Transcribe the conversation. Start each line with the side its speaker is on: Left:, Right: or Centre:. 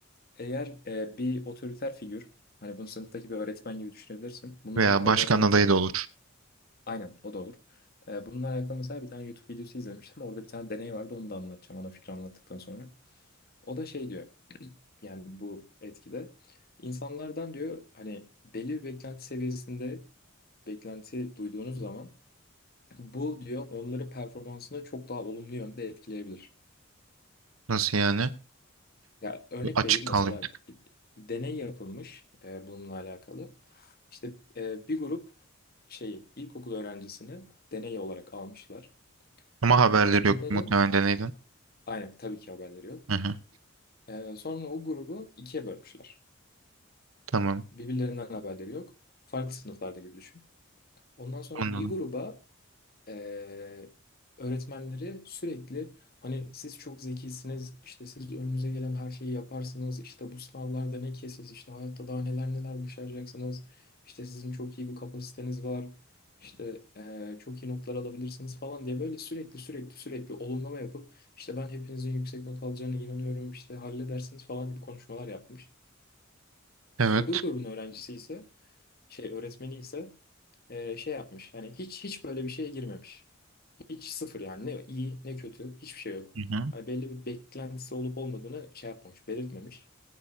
Left: Eğer e, bir otoriter figür hani bunu sınıftaki bir öğretmen gibi düşünebilirsin. Bununla
Right: Veya
Left: alakalı
Right: başkan
Left: zaten
Right: adayı
Left: bir tane
Right: da olur.
Left: aynen o da olur. E, bununla alakalı mesela bir tane YouTube videosu izlemiştim. Orada bir tane deney vardı onu da anlatacağım ana fikri anlattıktan sonra. O da şey diyor <clears throat> yani bu etkide. İnsanlardan diyor hani belli bir beklenti seviyesinde beklenti duyduğunuz zaman bu diyor onların performansını çok daha olumlu yönde etkileyebilir.
Right: Nasıl yani?
Left: Ya örnek
Right: Açık
Left: vereyim
Right: kaldı
Left: mesela
Right: bir tık.
Left: d- deney yapılmış e, bununla alakalı. İşte e, bir grup şey ilkokul öğrencisini deney olarak almışlar.
Right: Ama haberleri
Left: E, bunların
Right: yok muhtemelen deneyden.
Left: aynen tabii ki haberleri yok.
Right: Hı hı.
Left: E, sonra o grubu ikiye bölmüşler.
Right: Tamam.
Left: Birbirlerinden haberleri yok. Farklı sınıflarda gibi düşün. Ondan sonra
Right: Anladım.
Left: bir gruba Ee, öğretmenleri sürekli hani siz çok zekisiniz, işte siz önünüze gelen her şeyi yaparsınız, işte bu sınavlarda ne ki siz, işte hayatta daha neler neler başaracaksınız, işte sizin çok iyi bir kapasiteniz var, işte ee, çok iyi notlar alabilirsiniz falan diye böyle sürekli sürekli sürekli olumlama yapıp işte ben hepinizin yüksek not alacağına inanıyorum, işte halledersiniz falan gibi konuşmalar yapmış.
Right: Evet.
Left: Öbür grubun öğrencisi ise şey öğretmeni ise ee, şey yapmış. Yani hiç hiç böyle bir şeye girmemiş. Hiç sıfır yani. Ne iyi ne kötü hiçbir şey yok.
Right: Hı hı.
Left: Hani belli bir beklentisi olup olmadığını şey yapmamış, belirtmemiş.